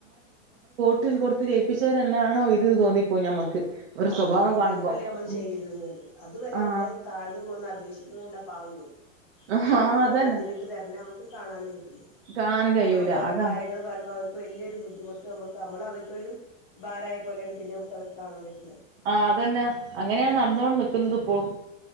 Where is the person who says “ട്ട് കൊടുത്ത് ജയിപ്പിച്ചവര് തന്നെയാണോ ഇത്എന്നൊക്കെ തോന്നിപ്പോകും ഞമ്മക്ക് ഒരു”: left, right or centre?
Right